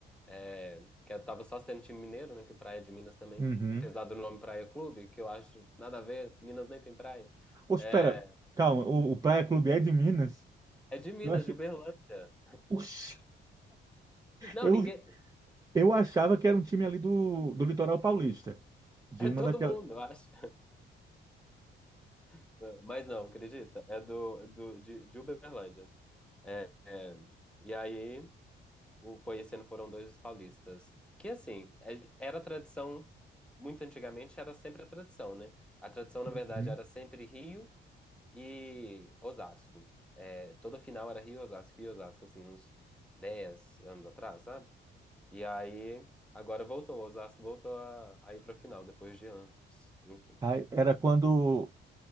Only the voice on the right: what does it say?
Uhum.
Ô, espera,
calma, o, o Praia Clube é de Minas?
Eu achei.
Oxi,
eu,
eu achava que era um time ali do, do Litoral Paulista, de
uma
daquelas.
Uhum.
Aí, era quando